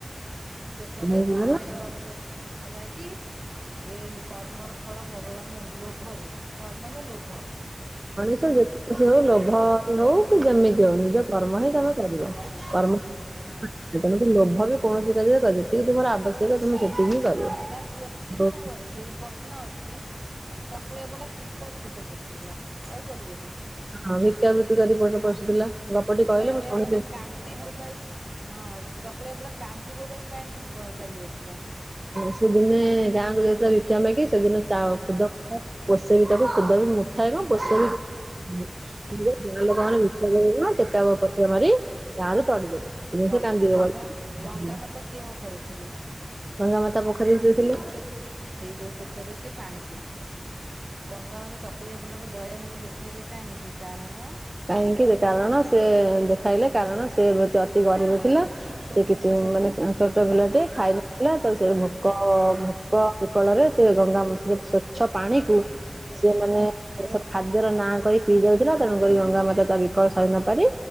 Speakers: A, on the right; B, on the right.
A: କି ଶେଷରେ
B: ହୁଁ
A: ନିଜେ ଅନୁଭବ କଲା କି ଏମତି କର୍ମର ଫଳ ଭଗବାନ ଏମିତି ଲୋଭରେ କର୍ମ ନୁହଁ ଲୋଭ।
B: ସେ ଯୋଉ ଲୋଭରେ ହଉ, କି ଯେମିତି ହଉ, ନିଜ କର୍ମ ହିଁ ତମେ କରିବ କର୍ମ ତେଣୁ ଲୋଭରେ କୌଣସି କାର୍ଯ୍ୟ କରିବନି, ଯେତିକି ତୁମର ଆବଶ୍ୟକ ତୁମେ ସେତିକି କରିବ।
A: ହଁ ତାର କୋଶ୍ଚିନ
B: ହଁ
A: ସବୁ ଅଛି, ପ୍ରଶ୍ନ ଅଛି, ଚକୁଳିଆ ପଣ୍ଡା କି କିପରି ପେଟ ପୋଷୁଥିଲା, କହିପାରିବେ କି?
B: ହଁ ଭିକ୍ଷାବୃତ୍ତି କରି ପେଟ ପୋଷୁଥିଲା। ଗପଟି କହିଲେ
A: ଚକୁଳିଆ
B: ମୁଁ ଶୁଣିିଲି।
A: ପଣ୍ଡା କାନ୍ଦି ବୋବାଇ ହଁ ଚକୁଳିଆ ପଣ୍ଡା କାନ୍ଦି ବୋବାଇ କାହିଁକି ଚାଲି ଆସିଲା?
B: ସେଦିନେ ଗାଁକୁ ଯାଇଥିଲା ଭିକ୍ଷା ମାଗି, ସେଦିନ ଚା
A: ହୁଁ
B: ଖୁଦ ପୋଷେ ବି ତାକୁ ଖୁଦ ବି ମୁଠାଏ କଣ ପୋଷେ
A: ମିଳିଲା
B: ବି ଲୋକ ମାନେ ଭିକ୍ଷା ଦେବେ କଣ, ଟେକା ଓ ପଥର ମାରି ଗାଁରୁ ଦଡି ଦେଲେ।
A: ତଳିଦେଲେ ଗଙ୍ଗା ଗଙ୍ଗା ମାତା କେଉଁଠାରେ ଥିଲେ?
B: ଗଙ୍ଗା ମାତା ପୋଖରୀରେ ଶୋଇଥିଲେ।
A: ସେଇ ଯୋଉ ପୋଖରୀରେ ସିଏ ପାଣି ପିଉଥିଲା, ଗଙ୍ଗା ମାତା ଚକୁଳିଆ ପଣ୍ଡା ପ୍ରତି ଦୟାଭାବ ଦେଖାଇଲେ କାହିଁକି? କାରଣ
B: କାହିଁକି କାରଣ ସେ ଦେଖାଇଲେ କାରଣ ସେ ସିଏ ଅତି ଗରିବ ଥିଲା,
A: ଛୋଟ
B: ସେ କିଛି
A: ଛୁଆଟି
B: ମାନେ
A: ଥିଲା।
B: ଛୋଟ ପିଲାଟି ଖାଇନଥିଲା, ତ ସେ ଭୋକ ଭୋକ ବିକଳରେ ସେ ଗଙ୍ଗା ସ୍ଵଚ୍ଛ ପାଣିକୁ, ସେ ମାନେ ଏ ସବୁ ଖାଦ୍ୟର ନାଁ କହି ପିଇ ଯାଉଥିଲା, ତେଣୁ ଗଙ୍ଗା ମାତା ତା ବିକଳ ସହି ନ ପାରି,